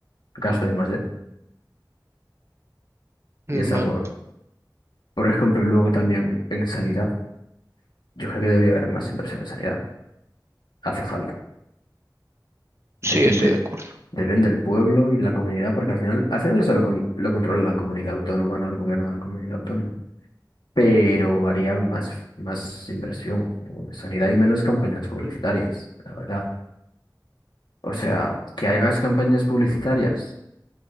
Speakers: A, on the left; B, on the right.
A: gasto en I+D
B: mm,
A: y es algo,
B: Vale.
A: por ejemplo, luego también en sanidad, yo creo que debería haber más inversión en sanidad, hace falta. Depende,
B: Sí, estoy de acuerdo.
A: Depende del pueblo y de la comunidad, porque al final, al final eso lo, con- lo controla la comunidad autónoma, no el gobierno de la comunidad autónoma. Pero haría más, más inversión en sanidad y menos campañas publicitarias, la verdad. O sea, que hagas campañas publicitarias